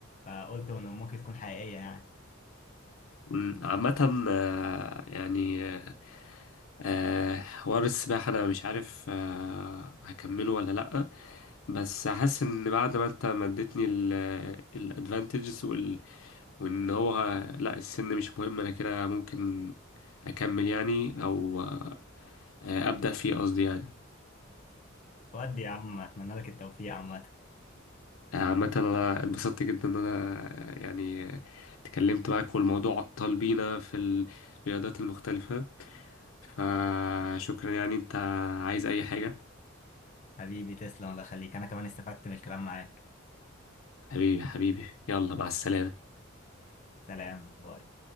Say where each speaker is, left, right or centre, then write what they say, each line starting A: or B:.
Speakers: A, on the left (about 35°); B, on the left (about 80°).
A: فقلت انه ممكن تكون حقيقية يعني
B: م، عامة آه، يعني آه، آه، حوار السباحة أنا مش عارف آه، هكمله ولا لأ بس حاسس إن بعد ما أنت مدتني الادفانتجز وان هو لا السن مش مهم انا كده ممكن اكمل يعني او آه، ابدا فيه قصدي يعني
A: ودي يا عم اتمنى لك التوفيق عامة
B: آه، عامة أنا اتبسطت جدا إن أنا آه، يعني آه، اتكلمت معاك والموضوع أطال بينا في الرياضات المختلفة فشكرا يعني أنت عايز أي حاجة
A: حبيبي تسلم الله يخليك انا كمان استفدت من الكلام معاك
B: حبيبي حبيبي يلا مع السلامة
A: سلام باي